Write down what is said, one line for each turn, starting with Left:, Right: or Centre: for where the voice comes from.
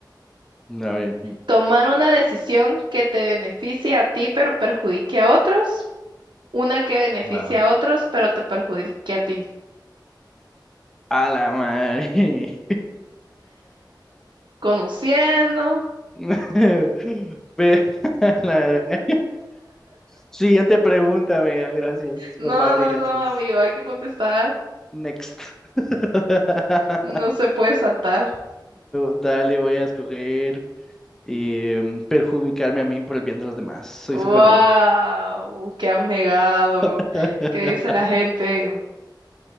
Centre: A ver,
Right: ¿Tomar una decisión que te beneficie a ti pero perjudique a otros? ¿Una que beneficie
Centre: vamos.
Right: a otros pero te perjudique a ti?
Centre: A la madre.
Right: Conociendo.
Centre: <laughs> Ve, <laughs> la verdad. Siguiente pregunta, amiga. Gracias,
Right: No,
Centre: por favor,
Right: no,
Centre: y gracias.
Right: no, amigo, hay que contestar.
Centre: Next. <laughs>
Right: No se puede saltar.
Centre: Dale, voy a escoger em, perjudicarme a mí por el bien de los demás. Soy
Right: ¡Wow!
Centre: Superman.
Right: ¡Qué abnegado!
Centre: <laughs>
Right: ¿Qué dice la gente?